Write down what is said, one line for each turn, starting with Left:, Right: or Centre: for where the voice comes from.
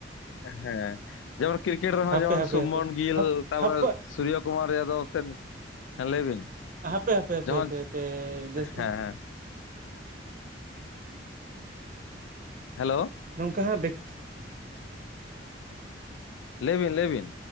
Left: ᱦᱮᱸ ᱡᱮᱢᱚᱱ ᱠᱨᱤᱠᱮᱴ ᱨᱮᱦᱚᱸ
Right: ᱦᱟᱯᱮ
Left: ᱡᱮᱢᱚᱱ
Right: ᱦᱟᱯᱮ
Left: ᱥᱩᱢᱚᱱ
Right: ᱦᱟᱯᱮ
Left: ᱜᱤᱞ
Right: ᱦᱟᱯ
Left: ᱛᱟᱯᱚᱨ
Right: ᱦᱟᱯᱮ
Left: ᱥᱩᱨᱡᱚ ᱠᱩᱢᱟᱨ ᱡᱟᱫᱚᱵ, ᱦᱮᱸ ᱞᱟᱹᱭ ᱵᱤᱱ
Right: ᱦᱟᱯᱮ ᱦᱟᱯᱮ ᱦᱟᱯᱮ
Left: ᱡᱚᱠᱷᱚᱱ
Right: ᱦᱟᱯᱮ ᱦᱟᱯᱮ ᱡᱟᱹᱥᱛᱤ
Left: ᱦᱮᱸ ᱦᱮᱸ ᱦᱮᱞᱳ
Right: ᱱᱚᱝᱠᱟ ᱦᱟᱸᱜ ᱵᱮᱠ
Left: ᱞᱟᱹᱭ ᱵᱤᱱ ᱞᱟᱹᱭ ᱵᱤᱱ